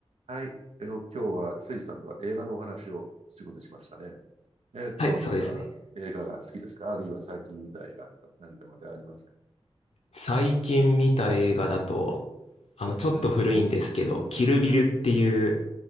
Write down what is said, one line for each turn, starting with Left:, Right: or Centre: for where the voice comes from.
Right: はい。えー今日は、誠司さんとは映画のお話をすることにしましたね。えっと、
Left: はい、そうですね。
Right: どんな映画が好きですかあるいは最近見た映画とか何か話題ありますか
Left: 最近見た映画だと、あの、ちょっと古いんですけど、
Right: はい。
Left: キルビルっていう
Right: うん。